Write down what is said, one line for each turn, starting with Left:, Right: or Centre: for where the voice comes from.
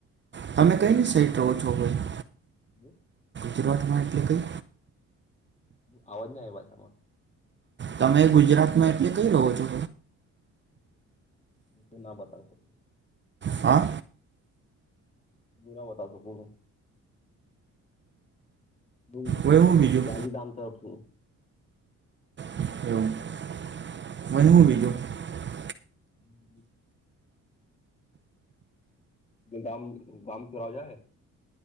Right: તમે કઈની સાઈટ રહો છો, ભાઈ?
Left: મું?
Right: ગુજરાતમાં એટલે કઈ
Left: આવવાજ ના આવ્યા તમારો.
Right: તમે ગુજરાતમાં એટલે કઈ રહો છો?
Left: હું તો ના બતાવી શકું.
Right: હા.
Left: હું ના બતાવી શકું. દુઈ
Right: વય હું બીજું
Left: ગાંધીધામ તરફ શું.
Right: <inaudible>
Left: <inaudible> ગામ ગામ <unintelligible> જાય